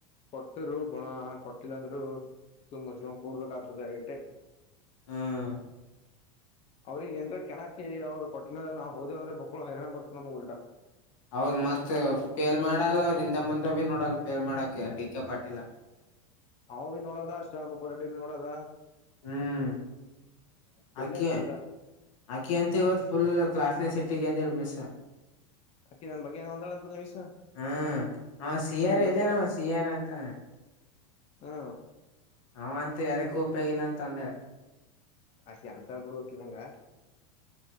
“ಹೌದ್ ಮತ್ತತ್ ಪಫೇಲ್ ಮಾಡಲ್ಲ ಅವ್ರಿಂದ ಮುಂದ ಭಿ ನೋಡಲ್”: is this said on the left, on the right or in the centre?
Left